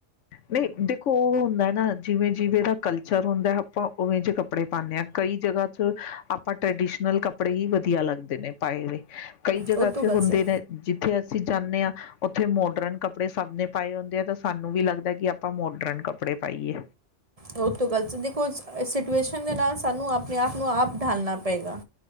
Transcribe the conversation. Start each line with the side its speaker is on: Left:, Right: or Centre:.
Left: ਨਹੀਂ, ਦੇਖੋ ਓਹ ਹੁੰਦਾ ਨਾ ਜਿਵੇਂ ਜਿਵੇਂ ਦਾ ਕਲਚਰ ਹੁੰਦਾ ਅੱਪਾ ਓਵੇਂ ਜਏ ਕੱਪੜੇ ਪਾਨੇ ਆ, ਕਈ ਜਗਾ ਚ ਆਪਾਂ ਟੈਰਡੀਸ਼ਨਲ ਕੱਪੜੇ ਹੀ ਵਧੀਆ ਲੱਗਦੇ ਨੇ ਪਾਏ ਵੇ। ਕਈ ਜਗ੍ਹਾ
Right: ਉਹ
Left: ਚ
Right: ਤੋਂ ਗਲਤ
Left: ਹੁੰਦੇ
Right: ਹੈ
Left: ਨੇ, ਜਿੱਥੇ ਅਸੀਂ ਜਾਨੇ ਆ ਓੱਥੇ ਮੋਡਰਨ ਕੱਪੜੇ ਸਬ ਨੇ ਪਾਏ ਹੁੰਦੇ ਆ ਤਾਂ ਸਾਨੂੰ ਵੀ ਲੱਗਦਾ ਕਿ ਆਪਾਂ ਮੋਡਰਨ ਕੱਪੜੇ ਪਾਈਏ।
Right: ਉਹ ਤੋਂ ਗਲਤ ਦੇਖੋ ਸਿਚੁਏਸ਼ਨ ਦੇ ਨਾਲ ਸਾਨੂੰ ਆਪਣੇ ਆਪ ਨੂੰ ਆਪ ਢਾਲਣਾ ਪਏਗਾ